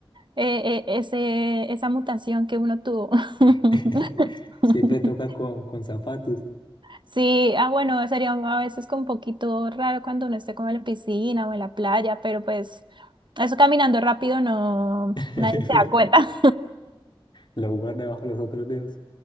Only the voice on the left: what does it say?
<laughs> Siempre toca con, con zapatos.
<laughs>
Lo guarda bajo los otros dedos.